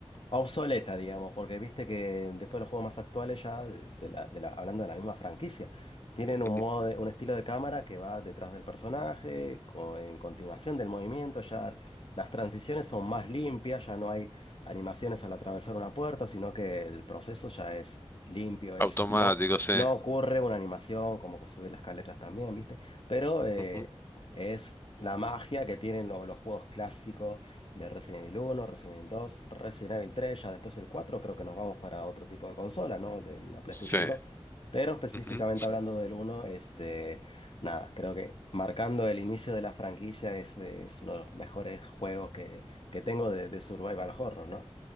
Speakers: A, on the left (about 55°); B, on the left (about 20°).
A: obsoleta, digamos, porque viste que después los juegos más actuales ya, de, de la, de la- hablando de la misma franquicia, tienen un
B: Ujú.
A: modo de- un estilo de cámara que va detrás del personaje, co- en continuación del movimiento, ya las transiciones son más limpias, ya no hay animaciones al atravesar una puerta, sino que el proceso ya es limpio, es,
B: Automático,
A: no,
B: sí.
A: no ocurre una animación como subir las escaleras también, viste, pero eh,
B: Ujú.
A: es la magia que tienen lo- los juegos clásicos de Resident Evil uno, Resident Evil dos, Resident Evil tres, ya después el 4 creo que nos vamos para otro tipo de consola, ¿no? De la PlayStation
B: Sí.
A: dos, Pero específicamente
B: Ujú.
A: hablando del uno, este, nada, creo que marcando el inicio de la franquicia es, es uno de los mejores juegos que, que tengo de, de Survival Horror, ¿no?